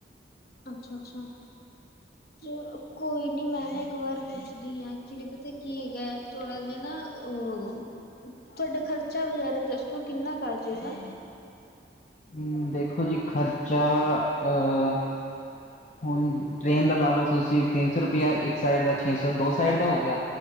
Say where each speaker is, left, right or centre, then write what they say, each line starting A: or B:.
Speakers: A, on the left; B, on the left.
A: ਅਛਾ- ਅਛਾ ਕੋਈ ਨੀ ਮੈ ਨਾ ਇਕ ਵਾਰ ਪੁੱਛਦੀ ਹਾਂ। ਐਕਚੁਲੀ ਪਤਾ ਕੀ ਹੈਗਾ ਥੋੜਾ, ਜਿਹਾ ਨਾ ਅ ਤੁਹਾਡਾ ਖ਼ਰਚਾ ਵਗੈਰਾ ਦੱਸ ਤੂੰ ਕਿੰਨਾ ਕਰ ਜੇਗਾ।
B: ਹਮ ਦੇਖੋ ਜੀ ਖਰਚਾ ਅਹ। ਹੁਣ ਟ੍ਰੇਨ ਦਾ ਲਾ ਲਓ ਤੁਸੀਂ ਤਿੰਨ ਸੌ ਰੁਪਇਆ ਇੱਕ ਸਾਈਡ ਦਾ ਛੇ ਸੌ ਦੋ ਸਾਈਡ ਦਾ ਹੋ ਗਿਆ।